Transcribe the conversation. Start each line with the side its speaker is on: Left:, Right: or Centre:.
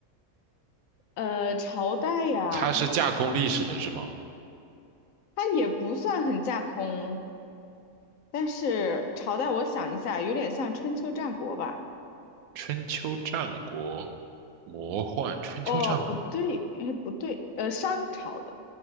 Left: 呃，朝代呀，
Right: 他是架空历史的是吗？
Left: 它也不算很架空，但是朝代我想一下，有点像春秋战国吧？
Right: 春秋战国，魔幻，春秋战国。
Left: 哦，不对，哎，不对，呃，商朝的，